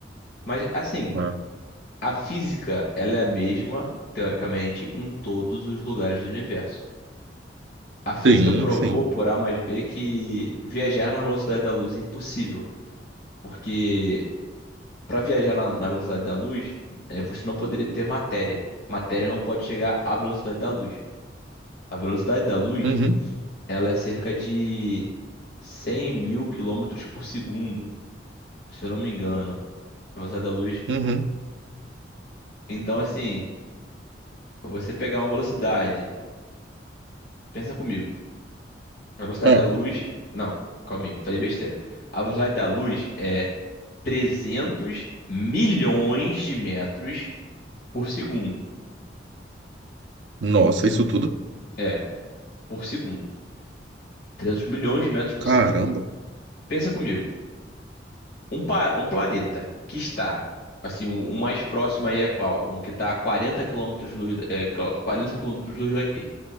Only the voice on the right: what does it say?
é.
Sim,
sim.
Uhum,
uhum.
É.
Nossa, isso tudo?
Caramba.